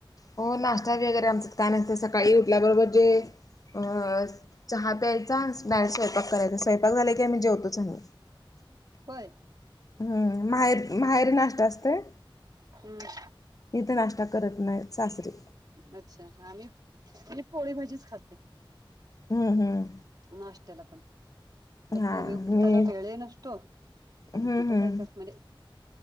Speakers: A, on the left; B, on the right.
A: हो नाश्ता वगैरे आमच्यात काय नसत सकाळी उठल्याबरोबर जे चहा प्यायचा डायरेक्ट स्वयंपाक करायचा स्वयंपाक झाला की आम्ही जेवतोच आम्ही
B: होय
A: हम्म माहेर माहेरी नाष्टा असतोय
B: हम्म
A: इथ नाष्टा करत नाहीत सासरीे
B: अच्छा आम्ही म्हणजे पोळी भाजीच खाते
A: हम्म हम्म
B: नाश्त्याला पण आता
A: हां
B: पोहेपीडकाला
A: मी
B: वेळ नसतो आता
A: हं
B: कुठं
A: हं
B: काय कर म्हणजे